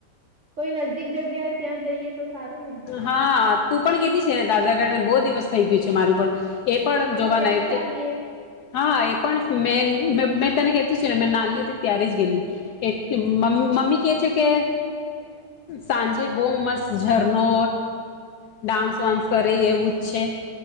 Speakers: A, on the right; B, on the left.
A: કોઈ નજદીક જગ્યાએ ત્યાં જઈએ તો સારું ને
B: હા. તું પણ કેતી છે દાદા <unintelligible> ને બો દિવસ થઈ ગયું છે મારું પણ એ પણ
A: હા
B: જોવાના
A: તો ત્યાં ચાલીએ
B: કે હા એ પણ મેન મેં તને કેતું છે ને મે નાલી હતી ત્યારે જ ગેલી એટલે મમ્મી કે છે કે સાંજે બો મસ્ત જ નો ડાન્સ વાન્સ કરે એવું જ છે.